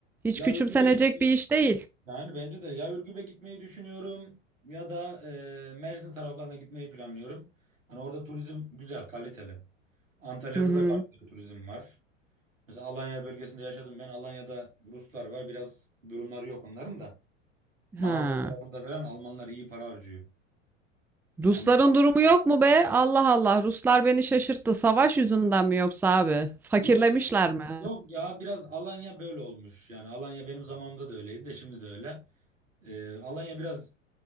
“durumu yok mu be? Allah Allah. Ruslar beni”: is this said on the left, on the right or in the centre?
Centre